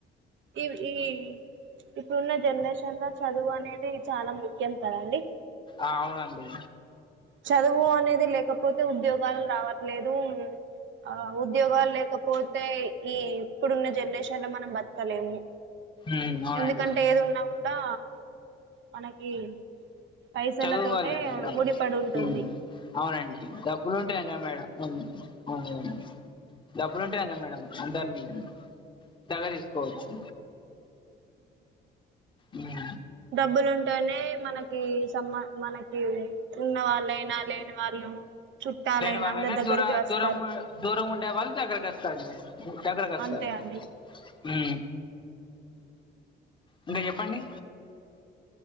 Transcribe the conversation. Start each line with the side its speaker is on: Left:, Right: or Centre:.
Right: ఈవ్ ఈ ఇప్పుడున్న జనరేషన్ లో చదువు అనేది చాలా ముఖ్యం కదండి
Left: ఆ అవునండి
Right: చదువు అనేది లేకపోతే ఉద్యోగాలు రావట్లేదు ఆ ఉద్యోగాలు లేకపోతే ఈ ఇప్పుడున్న జనరేషన్ లో మనం బతకలేము
Left: ఉమ్ అవునండి
Right: ఎందుకంటే ఏది ఉన్నా కూడ్ దా మనకి పైసల
Left: చదువుకోలే
Right: తోటే
Left: మేడం.
Right: ముడిపడి ఉంటుంది
Left: హు అవునండి డబ్బులు ఉంటే యా మేడం. ఆమ్ అవును మేడం. డబ్బులు ఉంటే కదా మేడం అందరిని దగ్గర తీసుకోవచ్చు. హు
Right: డబ్బులు ఉంటేనే మనకి సంబ మనకి ఉన్న వాళ్ళైనా లేని వాళ్ళు చుట్టాలైన
Left: లేేని వాళ్ళైనా
Right: అందరి దగ్గరికి
Left: దూర
Right: వస్తారు
Left: దూరంగ దూరం ఉండే వాళ్ళు దగ్గరకి అస్తారు దగ్గరకి అస్తారు.
Right: అంతే అండి
Left: హు ఇంగ చెప్పండి.